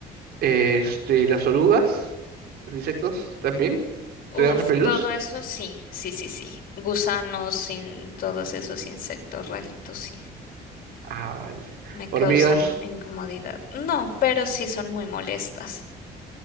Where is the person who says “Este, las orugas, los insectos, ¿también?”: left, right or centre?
Right